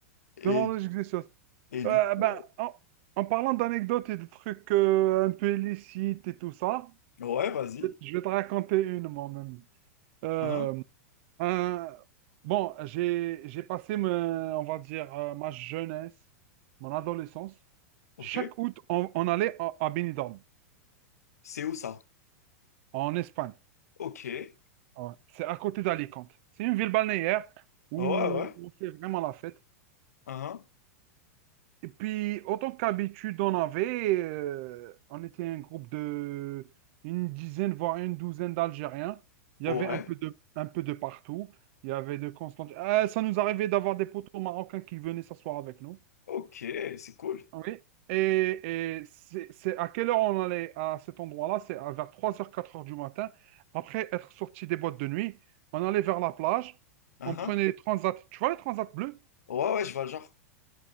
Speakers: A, on the left (about 85°); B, on the right (about 55°).
A: Et,
B: Dans la logique des choses.
A: et du
B: Euh,
A: coup,
B: ben, en, en parlant d'anecdotes et de trucs euh, un peu illicites et tout ça,
A: ouais, vas-y.
B: je, je vais te raconter une moi-même. Euh,
A: Hein,
B: un- bon, j'ai, j'ai passé, me- on va dire, euh, ma jeunesse, mon adolescence.
A: ok.
B: Chaque août, on, on allait à, à Benidorm,
A: C'est où ça?
B: en Espagne.
A: Ok. Ouais,
B: Ouais. C'est à côté d'Alicante. C'est une ville balnéaire où
A: ouais.
B: on fait vraiment la fête.
A: Hein,
B: Et puis, autant qu'habitude, on avait, euh, on était un groupe de une dizaine, voire une douzaine d'Algériens. Il
A: ouais.
B: y avait un peu de, un peu de partout. Il y avait de Constantine. Ah, ça nous arrivait d'avoir des poteaux marocains qui venaient s'asseoir avec nous.
A: Ok, c'est cool.
B: Oui. Et, et c'est c'est à quelle heure on allait à cet endroit-là? C'est à vers trois heures, quatre heures du matin. Après être sorti des boîtes de nuit, on allait vers la plage.
A: Hein,
B: On prenait
A: hein.
B: les transats. Tu vois les transats bleus?
A: ouais, ouais, je vois le genre.